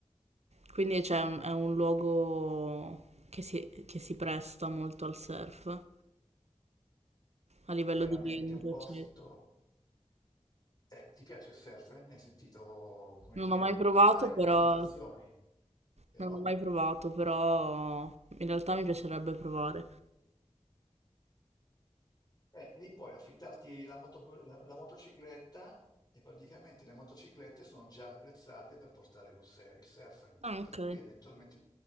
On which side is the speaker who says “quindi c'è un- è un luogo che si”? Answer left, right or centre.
Right